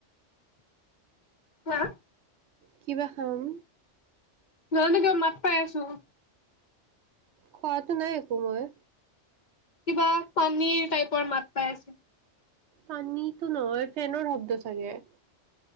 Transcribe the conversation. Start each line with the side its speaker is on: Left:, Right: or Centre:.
Left: হাঁ
Right: কিবা খাম
Left: নাজানো কিবী মাত পাই আছো
Right: খোৱাতটো নাই একো মই
Left: কিবা পানীৰ টাইপৰ মাত পাই আছিলো।
Right: পানীতো নহয় ফেনৰ শব্দ চাগে